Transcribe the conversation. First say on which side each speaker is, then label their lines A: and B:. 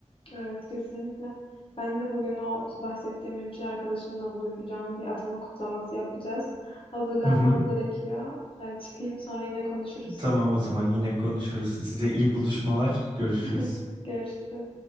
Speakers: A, on the left; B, on the right.
A: Evet kesinlikle. Ben de bugün o bahsettiğim hemşire arkadaşımla buluşacağım. Bir atama kutlaması yapacağız. Hazırlanmam
B: Hı hı.
A: gerekiyor. Ben çıkayım sonra yine konuşuruz.
B: Tamam o zaman yine konuşuruz. Size iyi buluşmalar. Görüşürüz.
A: <laughs> Görüşürüz.